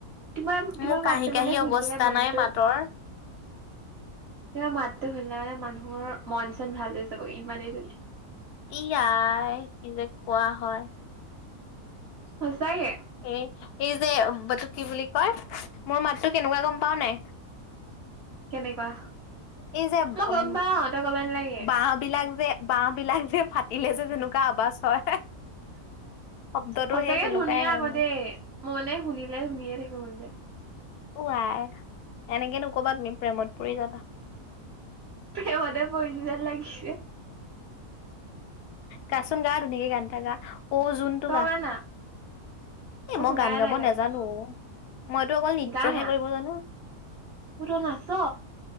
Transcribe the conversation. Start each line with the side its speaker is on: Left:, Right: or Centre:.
Right: তোমাৰ, তোমাৰ
Left: মোৰ
Right: মাতটো
Left: কাহি কাহি
Right: মানে শুনিলে
Left: অৱস্থা
Right: মনটো
Left: নাই মাতৰ
Right: মা, মাতটো শুনিলে মানে মানুহৰ মন চন ভাল হৈ যাব, ইমানেই ধুনীয়া।
Left: ইয়াই! কি যে কোৱা হয়।
Right: সঁচাকে।
Left: এ, এই যে ব তোক কি বুলি কয়, মোৰ মাতটো কেনেকুৱা গম পাওঁ নাই?
Right: কেনেকুৱা
Left: এই যে এ
Right: মই গম
Left: উম
Right: পাও তই কব নালাগে
Left: বাঁহ বিলাক যে, বাঁহ বিলাক যে, ফাটিলে যে, যেনেকুৱা আৱাজ হয় শব্দটো
Right: সঁচাকে
Left: সেই তেনেকুৱাই
Right: ধুনীয়া
Left: হয়
Right: আকৌ
Left: মোৰ
Right: দেই, মনে শুনিলে, শুনিয়ে থাকিব মন যায়।
Left: ওৱাই এনেকে নক'বা তুমি, প্ৰেমত পৰি যাবা।
Right: প্ৰেমতে পৰিছোঁ যেন লাগিছে।
Left: গা চোন গা ধুনীয়াকে গান এটা গা। অ', জোনটো
Right: তই
Left: গা।
Right: গানা
Left: এ, মই
Right: শুনাই
Left: গান গাব
Right: নাই গানটো
Left: নাজানোঁ অ' মইতো অকল নৃত্যহে
Right: গানা
Left: কৰিব জানোঁ।
Right: অ তই নাচ